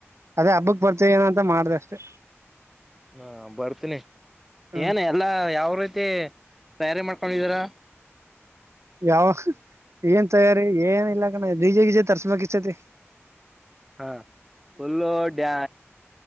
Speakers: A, on the right; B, in the centre.
A: ಅದೇ ಹಬ್ಬಕ್ ಬರುತಿನಂತೆನ್ನೊಅಂತ ಮಾಡಿದೆ ಅಷ್ಟೇ
B: ಹಾ ಬರ್ತೀನಿ
A: ಹ್ಮ್
B: ಏನ್ ಎಲ್ಲಾ ಯಾವರೀತಿ ತ್ತೆ ತಯಾರಿ ಮಾಡ್ಕೊಂಡಿದೀರಾ
A: ಯಾವ ಏನ್ ತಯಾರಿ ಏನ್ ಇಲ್ಲ ಕಣೋ ಡಿಜೆ ಗೀಜ ತರಿಸಬೇಕು ಇಷ್ಟೊತ್ತಿಗಿ
B: ಹಾ ಫುಲ್ಲು ಡ್ಯಾ